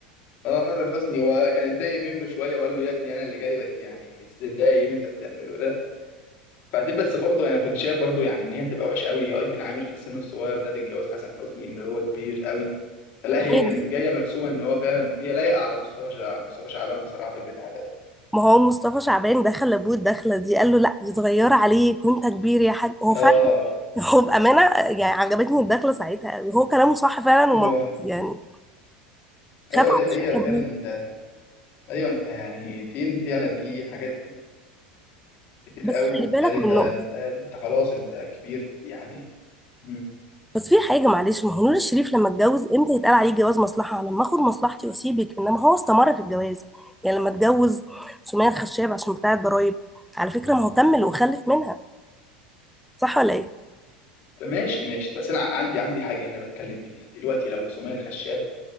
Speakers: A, on the left; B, in the centre.
A: اه حسن حسني هو كان اتضايق منه شوية وقال له يا ابني أنا اللي جايبك يعني ازاي اللي أنت بتعمله ده بعدين بس برضه انا كنت شايف برضه يعني ان هي تبقى وحشه قوي ايتن عامر في السن الصغير ده تتجوز حسن حسني اللي هو كبير قوي فلا
B: ابنه
A: هي كانت جايه مرسومه ان هو فعلا هي لايقه على مصطفى شع... مصطفى شعبان بصراحه في البتاع ده
B: ما هو مصطفى شعبان دخل لابوه الدخله دي قال له لا دي صغيره عليك وانت كبير يا حاج هو فعلا
A: اه
B: هو بامانه يعني عجبتني الدخله ساعتها قوي. هو كلامه صح فعلا ومنطقي
A: اه
B: يعني
A: ايوه
B: خاف على
A: دي حقيقه
B: شكل ابوه
A: فعلا انت ايوه انت يعني فين فعلا في حاجات كتير
B: بس
A: قوي مختلفه
B: خلي بالك من نقطه
A: انت, انت خلاص انت كبير يعني مم.
B: بس في حاجه معلش ما هو نور الشريف لما اتجوز امتى يتقال عليه جواز مصلحه لما اخد مصلحتي واسيبك انما هو استمر في الجواز يعني لما اتجوز سمية الخشاب عشان بتاع الضرايب على فكره ما هو كمل وخلف منها صح ولا ايه
A: ماشي ماشي بس انا عندي عندي حاجه هنا بتكلم فيها دلوقتي لو سمية الخشاب